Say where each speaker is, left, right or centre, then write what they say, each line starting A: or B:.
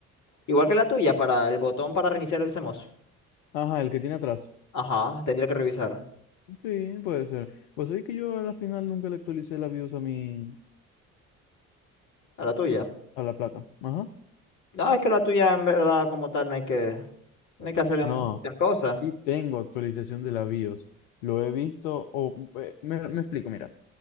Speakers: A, on the left (about 45°); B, on the left (about 65°).
A: Igual que la tuya, para el botón para reiniciar el CMOS.
B: Ajá, el que tiene atrás.
A: Ajá, tendría que revisar.
B: Sí, puede ser. Pues oye que yo a la final nunca le actualicé la BIOS a mi,
A: A la tuya.
B: a la placa. Ajá.
A: No, es que la tuya en verdad como tal no hay que, no hay que hacerle
B: No,
A: muchas cosas.
B: sí tengo actualización de la BIOS. Lo he visto, o eh, me, me explico, mira.